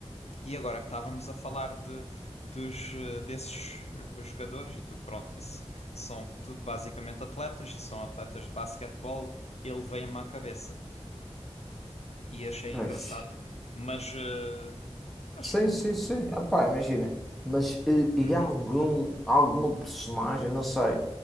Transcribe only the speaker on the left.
E agora que estávamos a falar de, dos, eh, desses eh, jogadores, e tu, pronto, isso são tudo basicamente atletas, e são atletas de basquetebol, ele veio-me à cabeça e achei
engraçado. Mas, eh, mas,
uhum.